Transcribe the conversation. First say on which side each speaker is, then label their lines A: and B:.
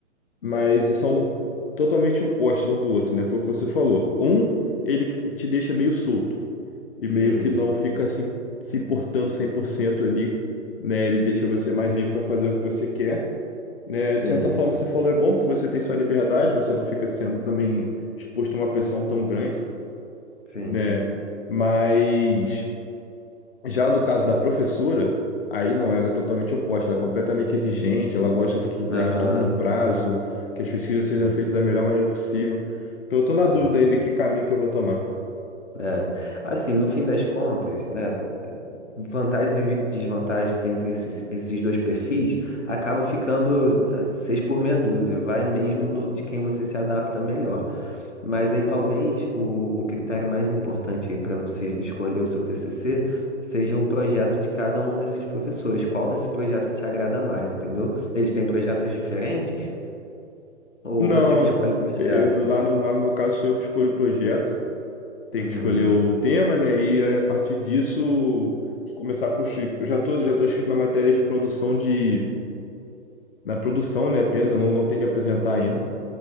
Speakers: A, on the left; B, on the left.
A: mas são totalmente opostos um do outro, né? Foi o que você falou. Um, ele que te deixa meio solto e
B: sim,
A: meio que não fica se, se importando 100% ali, né? Ele deixa você mais livre para fazer o que você quer, né?
B: sim,
A: De certa forma, o que você falou é bom porque você tem sua liberdade, você não fica sendo também exposto a uma pressão tão grande,
B: sim.
A: né? Mas já no caso da professora, aí não, ela é totalmente oposta, ela é completamente exigente, ela gosta de que entregue
B: Aham.
A: tudo no prazo, que as pesquisas sejam
B: Hum,
A: feitas da melhor maneira possível. Então eu tô na dúvida
B: hum.
A: ainda que caminho que eu vou tomar.
B: É, assim, no fim das contas, né, vantagens e vi- desvantagens entre esses, esses dois perfis acaba ficando eh, seis por meia dúzia, vai mesmo do- de quem você se adapta melhor. Mas aí talvez o, o critério mais importante aí para você escolher o seu TCC seja o projeto de cada um desses professores. Qual desse projeto que te agrada mais, entendeu? Eles têm projetos diferentes? Ou
A: Não,
B: você que escolhe o projeto?
A: eu, lá no, lá no meu caso sou eu que escolho o projeto, tenho
B: Uhum,
A: que escolher o tema, né? E a partir disso começar a construir. Eu já tô, já tô inscrito na matéria de produção de. Na produção, né, apenas, eu não, não tenho que apresentar ainda.